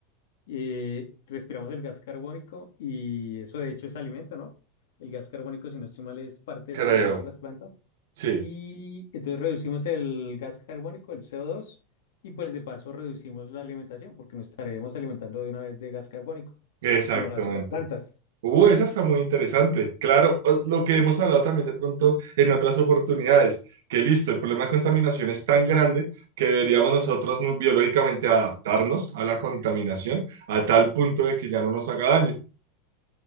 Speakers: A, on the left; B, on the right.
A: eh, respiramos el gas carbónico y eso de hecho es alimento, ¿no? El gas carbónico, si no estoy mal, es parte
B: creo.
A: del alimento de las plantas.
B: Sí,
A: Y entonces reducimos el gas carbónico, el CO2, y pues de paso reducimos la alimentación porque nos estaremos alimentando de una vez de gas carbónico,
B: exactamente.
A: así como lo hacen las plantas.
B: Uh, esa está muy interesante. Claro, o- lo que hemos hablado también de pronto en otras oportunidades, que listo, el problema de contaminación es tan grande que deberíamos nosotros no- biológicamente adaptarnos a la contaminación a tal punto de que ya no nos haga daño.